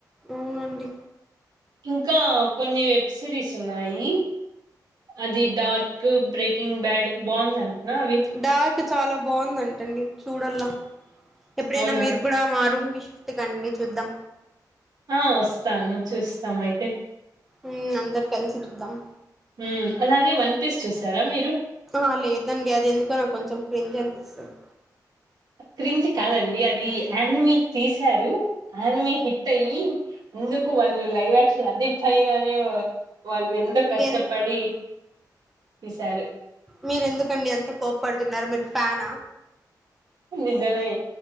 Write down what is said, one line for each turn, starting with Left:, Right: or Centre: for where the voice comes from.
Centre: అవునండి
Right: ఇంకా కొన్ని వెబ్ సిరీస్ ఉన్నాయి అది డార్ కు బ్రేకింగ్ బ్యాడ్ బాగుందంటనా అవి
Centre: డార్క్ చాలా బాగుందంటండి చూడల్లా ఎప్పుడైనా
Right: అవునా
Centre: మీరు కూడా మా రూమ్ కి షి ఫ్టు కండి చూద్దాం
Right: ఆ వస్తాను చూస్తామైతే
Centre: ఉమ్ అందరు కలిసి చూద్దాం
Right: ఉమ్ అలాగే వన్ పీస్ చూసారా మీరు
Centre: ఆ లేదండి అది ఎందుకో నాకు కొంచెం క్రింజ్ అనిపిస్తది
Right: క్రింజ్ కాదండి అది ఆనిమీ తీసారు ఆనిమీ హిట్ అయ్యి ఎందుకు వాళ్ళు లైవ్క్షన్ అదే పనిగానే వాళ్ళు ఎంత కష్టపడి
Centre: ఎన్
Right: తీశారు
Centre: మీరు ఎందుకండి ఎంత కోపడుతున్నారు మీరు ఫ్యానా
Right: నిజమే